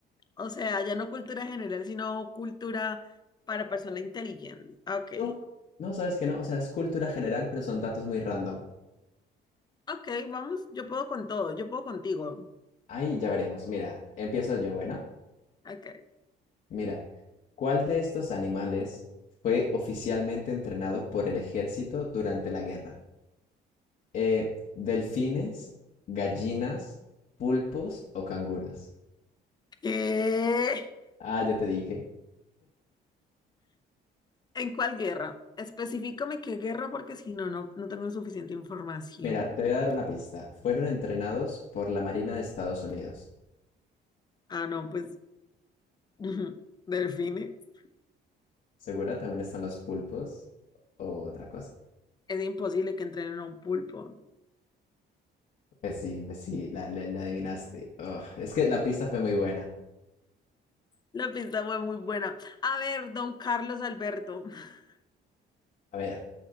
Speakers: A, on the left; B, on the left.
A: o sea, ya no cultura general, sino cultura para persona inteligente. Ok,
B: No, no, sabes que no. O sea, es cultura general, pero son datos muy random.
A: ok, vamos, yo puedo con todo, yo puedo contigo.
B: Ahí ya veremos. Mira, empiezo yo, bueno.
A: Ok.
B: Mira, ¿cuál de estos animales fue oficialmente entrenado por el ejército durante la guerra? Eh, ¿delfines, gallinas, pulpos o canguros?
A: ¿Qué?
B: Ah, ya te dije.
A: ¿En cuál guerra? Específicame qué guerra porque si no, no, no tengo suficiente información.
B: Mira, te voy a dar una pista. Fueron entrenados por la Marina de Estados Unidos.
A: Ah, no, pues <laughs> delfines.
B: ¿Segura? También están los pulpos o otra cosa.
A: Es imposible que entrenen a un pulpo.
B: Pues sí, pues sí, la, la- la adivinaste. Ugh, es que la pista fue muy buena.
A: La pista fue muy buena. A ver, don Carlos Alberto, <laughs>
B: A ver,